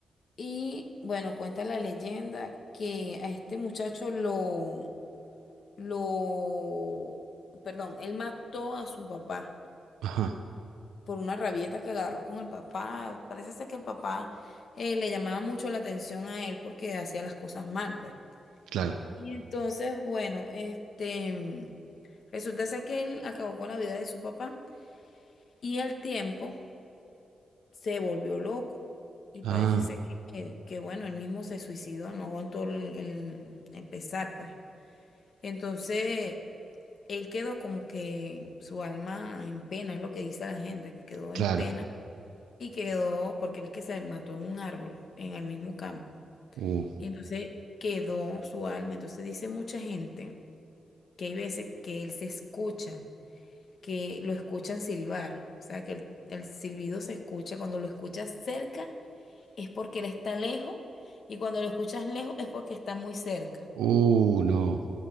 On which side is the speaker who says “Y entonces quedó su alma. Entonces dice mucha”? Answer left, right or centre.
Left